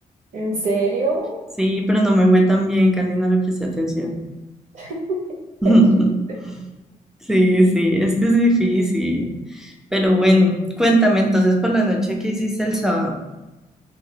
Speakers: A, on the right; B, in the centre.
A: ¿En serio?
B: Sí, pero no me fue tan bien, casi no le presté atención.
A: <laughs>
B: <laughs>
A: Qué triste.
B: Sí, sí, es que es difícil. Pero bueno, cuéntame entonces por la noche que hiciste el sábado.